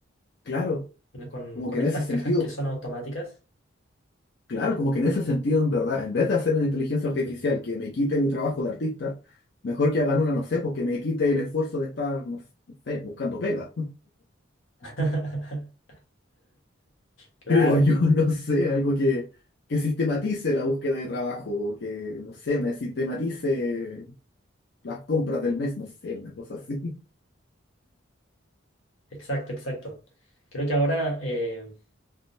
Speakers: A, on the left; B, on the left.
A: claro.
B: vienen con,
A: Como
B: con
A: que en
B: estas
A: ese sentido,
B: cajas que son automáticas.
A: claro, como que en ese sentido, en verdad, en vez de hacer una inteligencia artificial que me quite mi trabajo de artista, mejor que hagan una, no sé, porque me quite el esfuerzo de estar, no sé, buscando pega.
B: <laughs>
A: <laughs>
B: Claro,
A: Creo yo, no sé, algo que, que sistematice la búsqueda de trabajo, o que, no sé, me sistematice las compras del mes, no sé, una cosa así. <laughs>
B: exacto, exacto. Creo que ahora eh,